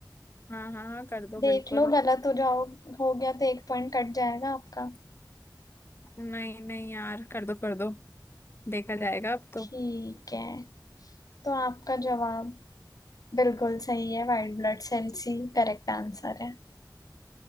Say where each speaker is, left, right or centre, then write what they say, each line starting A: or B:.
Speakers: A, on the left; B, on the left.
A: हाँ हाँ हाँ कर दो बिल्कुल
B: देख लो गलत हो जाओ हो गया तो एक पॉइंट कट जाएगा आपका
A: नहीं नहीं यार कर दो कर दो देखा जाएगा अब तो
B: ठीक है तो आपका जवाब बिल्कुल सही है व्हाइट ब्लड सेल्स ही करेक्ट आंसर है